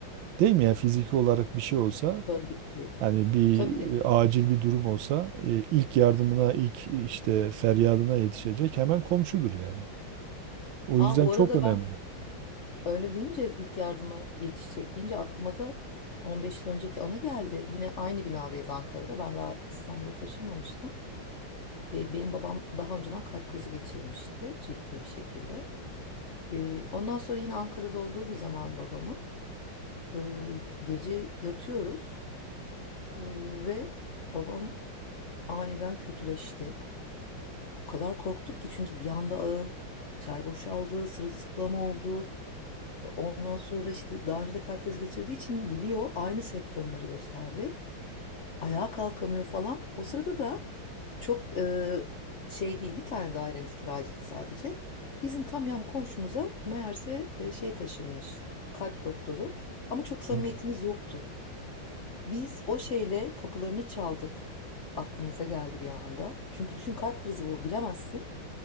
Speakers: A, on the right; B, on the left.
A: Değil mi ya fiziki olarak bir şey olsa
B: Tabii ki.
A: hani bir
B: Tabii.
A: e, acil bir durum olsa e, ilk yardımına ilk e, işte feryadına yetişecek hemen komşudur yani. O
B: Aa
A: yüzden
B: bu
A: çok
B: arada
A: önemli.
B: ben öyle deyince ilk yardıma yetişecek deyince aklıma da 15 yıl önceki anı geldi. Yine aynı binadayız Ankara'da. Ben daha İstanbul'a taşınmamıştım. Ee, benim babam daha önceden kalp krizi geçirmişti ciddi bir şekilde. Ee, ondan sonra yine Ankara'da olduğu bir zaman babamın. Ee, gece yatıyoruz ee, ve babam aniden kötüleşti. O kadar korktuk ki çünkü bir anda ağır ter boşaldı, sırılsıklam oldu. Ondan sonra işte daha önce de kalp krizi geçirdiği için biliyor aynı semptomları gösterdi. Ayağa kalkamıyor falan. O sırada da çok e, şey değil bir tane dairemiz kiracıydı sadece. Bizim tam yan komşumuza meğerse e, şey taşınmış kalp doktoru ama çok samimiyetimiz
A: Hmm.
B: yoktu. Biz o şeyle kapılarını çaldık. Aklımıza geldi bir anda. Çünkü düşün kalp krizi bu bilemezsin.